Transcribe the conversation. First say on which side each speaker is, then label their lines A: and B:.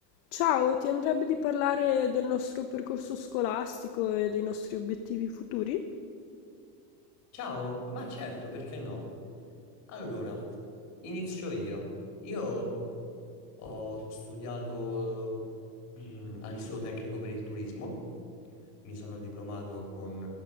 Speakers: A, on the left; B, on the left.
A: Ciao, ti andrebbe di parlare del nostro percorso scolastico e dei nostri obiettivi futuri?
B: Ciao, ma certo, perché no? Allora, inizio io. Io ho studiato mm, all'Istituto Tecnico per il Turismo, mi sono diplomato con,